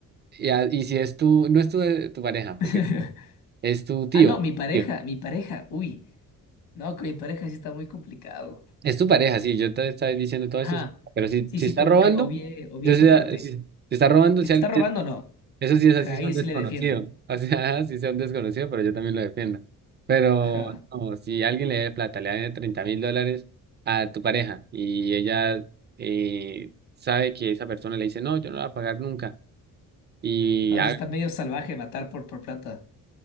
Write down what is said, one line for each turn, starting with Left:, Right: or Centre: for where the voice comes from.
Right: Y, a- y si es tu, no es tu, eh, tu pareja, porque
Left: <laughs>
Right: es tu tío,
Left: Ah, no, mi pareja,
Right: tío.
Left: mi pareja, uy. No, con mi pareja sí está muy complicado.
Right: Es tu pareja, sí, yo te estaba diciendo todo
Left: Ajá.
Right: eso, pero si,
Left: Sí,
Right: si
Left: sí,
Right: está
Left: como
Right: robando,
Left: que obvié, obvié
Right: yo
Left: esa
Right: sea,
Left: parte.
Right: si, si está robando,
Left: Si
Right: si
Left: está
Right: alguien-
Left: robando,
Right: si-
Left: no.
Right: eso sí es
Left: Ajá,
Right: así,
Left: ahí
Right: sea un desconocido,
Left: sí le defiendo.
Right: o sea, <laughs> si sea un desconocido, pero yo también lo defiendo. Pero
Left: Ajá.
Right: no, si alguien le debe plata, le debe 30 mil dólares a tu pareja y ella eh, sabe que esa persona le dice, no, yo no la voy a pagar nunca, y,
Left: No,
Right: ha-
Left: si está medio salvaje matar por, por plata.